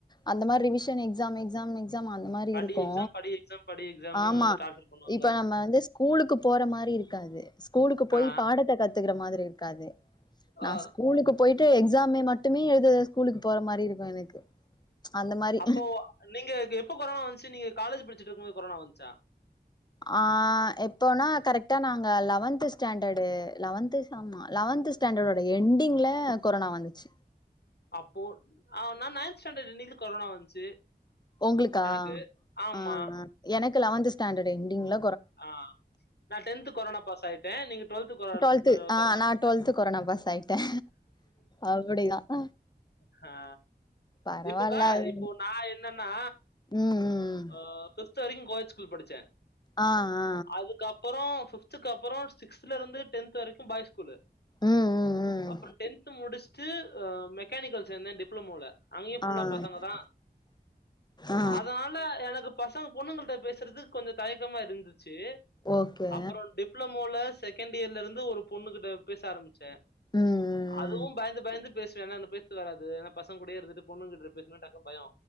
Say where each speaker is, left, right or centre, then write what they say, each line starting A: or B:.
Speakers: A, on the left (about 25°); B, on the left (about 75°).
A: அந்த மாரி ரிவிஷன் எக்ஸா எக்ஸா எக்ஸா அந் மாரி
B: படி
A: இருக்கு
B: எக்ஸாம் படி எக்ஸாம் படி எக்ஸாம்னு
A: ஆமா
B: டார்ச்சர் பண்ணுவாங்க
A: இப்ப நம்ம வந்து கூ ஸ்கூலுக்கு போற மாரி இருக்காது ஸ்கூலுக்கு போய்
B: ஆ
A: பாடத்த கத்துக்கிற மாறி இருக்காது நா
B: ஆ.
A: ஸ்கூலுக்கு போயிட்டு எக்ஸாமே மட்டுமே எழுத ஸ்கூலுக்கு போற மாரி இருக்கு எனக்கு அந்த மாரி
B: அப்போ நீங்க எப்போ கொரனா வந்துச்சு நீங்க காலேஜ் படிச்சிட்டு இருக்குபோது கொரனா வந்துச்சா
A: ஆ எப்போனா கரெக்டா நாங்க லெவன்த் ஸ்டாண்டர்டு லெவன்த்ஸ் ஆமா லெவன்த் ஸ்டாண்டர்டோட என்டிங்ல கொரோனா வந்துச்சு
B: அப்போ ஆவ் நா நைன்த் ஸ்டாண்டர்ட் இன்னிலிருந்து கொரோனா வந்துச்சி
A: உங்களுக்கா
B: எனக்கு ஆமா
A: ஆ ஆ எனக்கு லெவன்த் ஸ்டாண்டர்ட்‌‌ என்டிங்ல
B: ஆ நா டென்த் கொரோனா பாஸ் ஆயிட்ட நீங்க டுவெல்து கொரானா
A: டுவெல்த்
B: <unintelligible>
A: ஆ
B: கொரோனா
A: நா
B: வந்து
A: டுவெல்த் கொரோனா பாஸ் ஆயிட்டே அப்டிதா
B: ஹா
A: பரவால்ல
B: இப்பக்கா
A: அது
B: இப்போ ஒன் நா என்னன்னா
A: ம் ம்
B: ஆ பிப்த் வரைக்கு கோயட் ஸ்கூல் படிச்ச
A: ஆ‌ ஆ
B: இதுக்கு அப்ரோ பிப்த்துக்கு அப்ரோ சிக்ஸ்த்ல இருந்து டென்த் வரைக்கு பாய்ஸ் ஸ்கூலு
A: ம் ம் ம்
B: அப்ரோ டென்த் முடிச்சிட்டு ஆ மெக்கானிக்கல் சேந்த டிப்ளமோல அங்கேயு புல்லா
A: ஆ ஆ
B: பசங்க தா
A: ஆ
B: அதனால எனக்குப் பசங்க பொண்ணுங்கள்ட பேசுறதுக்கு கொஞ்சோ தயக்கமா இருந்துச்சி
A: ஓகே
B: அப்ரோ டிப் டிப்ளமோல செகண்ட் இயர்ல இருந்து ஒரு பொண்ணு கிட்ட பேச ஆரம்பிச் ச்ச
A: ம்
B: அதுவு பயந்து பயந்து பேசுவேன்னா அந்தபே <unintelligible> வராது என்னா பசங்க கூடயே இருந்துட்டு பொண்ணுகிட்டு பேசனு டக்குனு பயோ